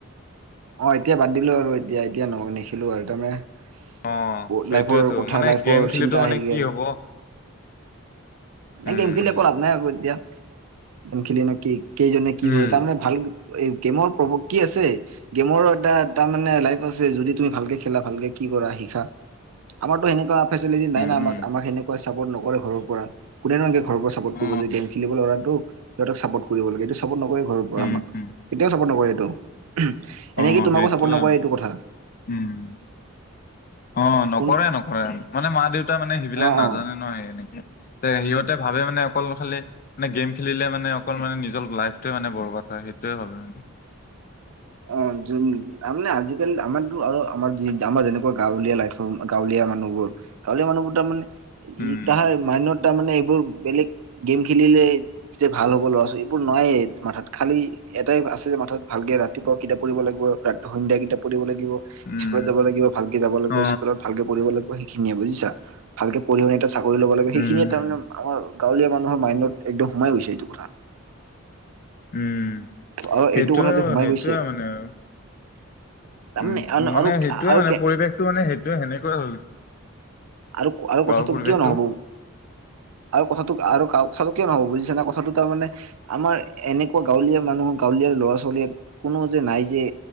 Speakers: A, on the right; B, on the left.
A: অ', এতিয়া বাদ দিলো আৰু এতিয়া এতিয়া নহ নেখেলোঁ আৰু তাৰমানে
B: অ সেইটোয়েতো
A: লাইফৰ কথা
B: মানে
A: লাইফৰ
B: গেম খেলিতো
A: চিন্তা
B: মানে
A: আহি
B: কি
A: গেল।
B: হব উম
A: এ গেম খেলি একো লাভ নাই আৰু এতিয়া গেম খেলি নু কি কেইজনে কি
B: উম
A: কৰে তাৰমানে ভাল এই গেমৰ প্ৰভাৱ কি আছে? গেমৰো এটা তাৰ মানে লাইফ আছে যদি তুমি ভালকে খেলা ভালকে কি কৰা শিকা আমাৰতো সেনেকুৱা ফেচিলিতি নাই
B: উম
A: না
B: উম
A: আমাক আমাক সেনেকুৱা চাপৰ্ট নকৰে ঘৰৰ পৰা। কোনেনো এনকে ঘৰৰ পৰা ছাপৰ্ট
B: উম অ
A: কৰিব যে গেম খেলিব ল'ৰাটো, সিহঁতক ছাপৰ্ট কৰিব লাগে এইটো ছাপৰ্ট নকৰে ঘৰৰ পৰা
B: উম
A: আমাক। কেতিয়াও
B: উম
A: ছাপৰ্ট নকৰে এইটো এনেকে
B: অ
A: তোমাকো
B: সেইটোয়ে
A: ছাপৰ্ট নকৰে এইটো কথা।
B: উম, অ', নকৰে
A: কোন
B: নকৰে মানে মা দেউতা মানে সেইবিলাক
A: অ',
B: নাজানে
A: অ'।
B: ন' সেই এনেকে তে সিহঁতে ভাবে মানে অকল খালি মানে গেম খেলিলে মানে অকল মানে নিজৰ লাইফটোৱে মানে বৰবাত হয় সেইটোৱে ভাবে মানে।
A: অ', যোন তাৰমানে আজিকালি আমাৰতো আৰু আমাৰ যি আমাৰ যেনেকুৱা গাঁৱলীয়া লাইফৰ গাঁৱলীয়া মানুহবোৰ গাঁৱলীয়া মানুহবোৰ তাৰমানে
B: উম
A: তাহাৰ মাইণ্ডত তাৰমানে এইবোৰ বেলেগ গেম খেলিলে যে ভাল হ'ব ল'ৰা ছোৱীবোৰ নায়েই মাথাত খালি এটাই আছে যে মাথাত ভালকে ৰাতিপুৱা কিতাপ পঢ়িব লাগিব ৰা সন্ধিয়া কিতাপ পঢ়িব লাগিব।
B: উম
A: স্কুলত যাব লাগিব ভালকে যাব লাগব'
B: অ
A: স্কুল ভালকে পঢ়িব লাগব' সেইখিনিয়ে বুজিছা ভালকে পঢ়িব চাকৰি ল'ব লাগে
B: উম
A: সেইখিনিয়ে
B: উম
A: তাৰমানে আমাৰ গাঁৱলীয়া মানুহৰ মাইণ্ডত একদম সোমাই গৈছে এইটো কথা।
B: উম,
A: আৰু
B: সেইটো
A: এইটো কথা যে সোমাই
B: সেইটোয়ে
A: গৈছে
B: মানে আৰু
A: তাৰমানে
B: উম, মানে
A: আৰু
B: সেইটোয়ে
A: আৰু
B: মানে পৰিৱেশটো মানে সেইটোয়ে সেনেকুৱাই হৈ গৈছে।
A: আৰু আৰু কথাটো
B: গাঁৱৰ পৰিৱেশটো
A: কিয় নহব? আৰু কথাটো আৰু কথাটো কিয় নহ'ব বুজিছা নে কথাটো তাৰ মানে আমাৰ এনেকুৱা গাঁৱলীয়া মানুহৰ গাঁৱলীয়া ল'ৰা ছোৱালীয়ে কোনো যে নাই যে